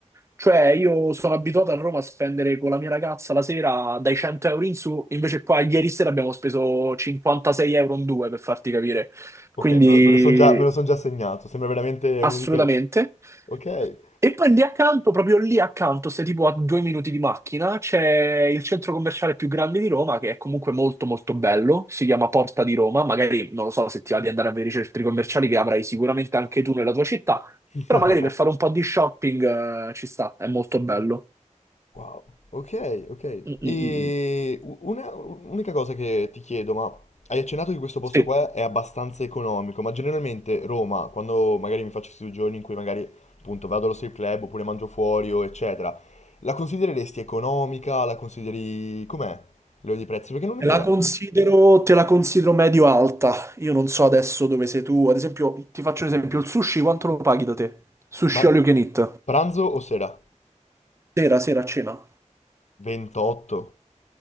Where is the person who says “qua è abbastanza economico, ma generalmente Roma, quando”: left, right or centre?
Left